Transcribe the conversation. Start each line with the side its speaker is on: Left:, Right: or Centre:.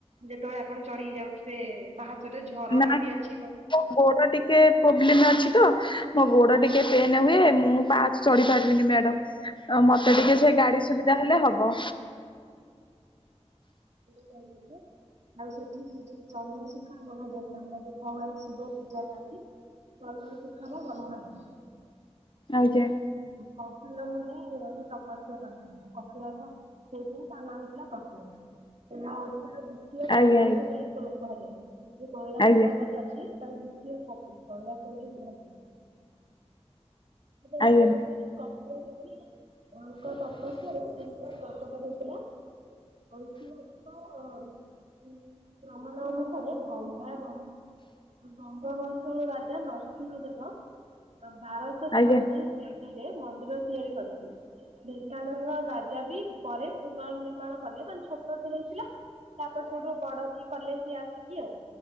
Right: ଯେତ ବେଳେ ଆପଣ ଚଢିକି ଯାଉଥିବେ ପାହାଚରେ ଝରଣା
Left: ନାଇଁ
Right: ବି
Left: ନାଇଁ
Right: ଅଛି।
Left: ମୋ ଗୋଡ଼ଟିକେ ପ୍ରୋବ୍ଲେମ୍ ଅଛି ତ। ମୋ ଗୋଡ ଟିକେ ପେନ୍ ହୁଏ ମୁଁ ପାହାଚ ଚଢି ପାରିବିନି ମ୍ୟାଡ଼ାମ। ଆ ମତେ ଟିକେ ସେ ଗାଡି ସୁବିଧା ହେଲେ ହବ।
Right: ଆମେ ଯଉ ଯାଇଥିଲେ। ଆଉ ସେଠି ଯୋଉ ଚନ୍ଦ୍ରଶେଖର ମହାଦେବ ନାମରେ ଭଗବାନ ଶିବ ପୂଜା ପାଆନ୍ତି। ଚନ୍ଦ୍ରଶେଖର ମହାରାଜ।
Left: ଆଜ୍ଞା
Right: କପିଳ ମୁନି। ତପସ୍ୟା କରିଥିଲେ କପିଳାସ ହେଇଛନ୍ତି ତା ନାଁ ହେଇଥିଲା କପିଳ ତା ନା ଆ ଦ୍ୱିତୀୟ କୈଳାସ
Left: ଆଜ୍ଞା ଆଜ୍ଞା
Right: ବୋଲି କୁ-କୁହାଯାଏ ଯୋଉ କୈଳାସ
Left: ଆଜ୍ଞା।
Right: ପର୍ବତ ଅଛି। ତାର ଦ୍ୱିତୀୟ କ-କୈଳାସ ବୋଲି କୁହାଯାଏ। <inaudible> ଅନୁସାରେ
Left: ଆଜ୍ଞା
Right: କପିଳ ମୁନି। ତାଙ୍କ ତପସ୍ୟାରୁ ଲିଙ୍ଗ ପ୍ରକଟ ହୋଇଥିଲା। ହଉ ଠିକ ଅଛି ତ। ପ୍ରମାଣ ଅନୁସାରେ ଗଙ୍ଗା ବ୍ରହ୍ମ। <inaudible> ଗଙ୍ଗବଂଶର ରାଜା ନରସିଂହ ଦେବ। ବାରଶହ ଛୟାଳିଶ
Left: ଆଜ୍ଞା
Right: ଏ ଡି ରେ ମନ୍ଦିର ତିଆରି କରିଥିଲେ। ଢେଙ୍କାନାଳର ରାଜା ବି ପରେ ପୁନର୍ ନିିର୍ମାଣ କଲେ ତା ଛୋ ଟଟେ ହେଇଥିଲା ତାପରେ ସେଉଠୁ ବଡ କି କଲେ ସିଏ ଆସିକି ଆଉ।